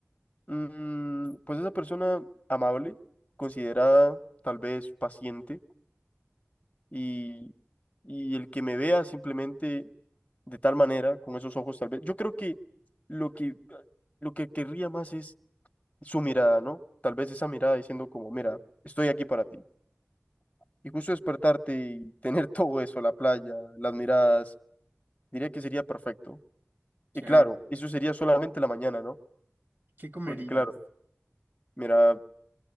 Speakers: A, on the left; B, on the right.
A: mm, pues esa persona amable, considerada, tal vez paciente, y, y el que me vea simplemente de tal manera, con esos ojos tal vez. Yo creo que lo que, lo que querría más es su mirada, ¿no? Tal vez esa mirada diciendo como, mira, estoy aquí para ti. Y justo despertarte y tener <laughs> todo eso, la playa, las miradas, diría que sería perfecto.
B: Chévere.
A: Y claro, eso sería solamente la mañana, ¿no?
B: ¿Qué comerías?
A: Porque claro, mira,